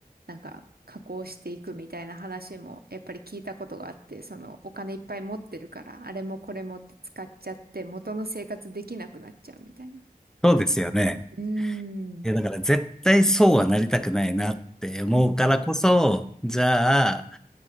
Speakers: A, on the right; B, in the centre.
A: なんか加工していくみたいな話も、やっぱり聞いたことがあって、そのお金いっぱい持ってるから、あれもこれもって使っちゃって、元の生活できなくなっちゃうみたいな。
B: そうですよね。
A: うーん、
B: いや、だから絶対そうはなりたくないなって思うからこそ、
A: うん、
B: じゃあ、